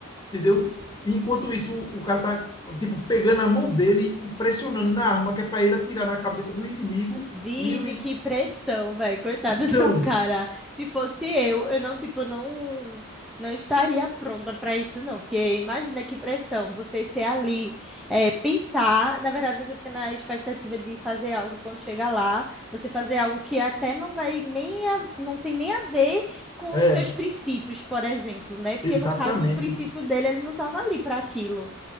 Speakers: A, on the left (about 20°); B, in the centre.
A: entendeu? E enquanto isso, o, o cara tá, tipo, pegando a mão dele e pressionando na arma que é para ele atirar na cabeça do inimigo.
B: Vige,
A: E o... in-
B: que pressão, velho. Coitado
A: Então,
B: do <laughs> cara. Se fosse eu, eu não, tipo, não, não estaria pronta para isso, não. Porque imagina que pressão você ser ali, é, pensar. Na verdade, você fica na expectativa de fazer algo quando chegar lá, você fazer algo que até não vai nem a- não tem nem a ver com
A: é,
B: os seus princípios, por exemplo, né? Porque
A: exatamente.
B: no caso, o princípio dele, ele não estava ali para aquilo.